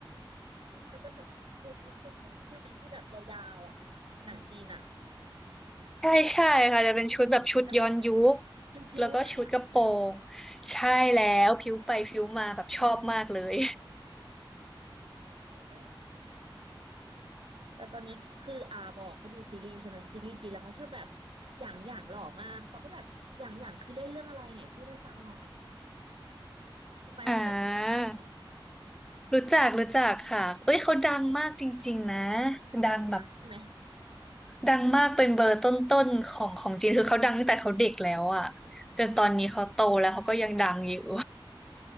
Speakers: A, on the right (about 75°); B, in the centre.
A: เขาจะแบบฟูฟูฟ่องฟ่องใช่ไหมที่แบบยาวๆอ่ะหนังจีนอ่ะ
B: ใช่ใช่ค่ะจะเป็นชุดแบบชุดย้อนยุค
A: ผู้หญิงเขาจะแบบพิ้วๆหน่อยอ่ะ
B: แล้วก็ชุดกระโปรงใช่แล้วผิวไปผิวมาแบบชอบมากเลย
A: โอ้ยแบบแต่ตอนเนี้ยคืออาบอกเขาดูซีรีส์ใช่ไหมซีรีส์จีนแล้วเขาชอบแบบอย่างอย่างหล่อมากปอก็แบบอย่างอย่างคือเล่นเรื่องอะไรไหนพูดให้ฟังหน่อยคุณไมายรู้จักอย่างอย่างไหม
B: <laughs> อ่ารู้จักรู้จักค่ะเอ้ยเขาดังมากจริงๆนะ
A: ดังนะใช่ไหม
B: ดังแบบดังมากเป็นเบอร์ต้นๆของของจีนคือเขาดังตั้งแต่เขาเด็กแล้วอ่ะจนตอนนี้เขาโตแล้วเขาก็ยังดังอยู่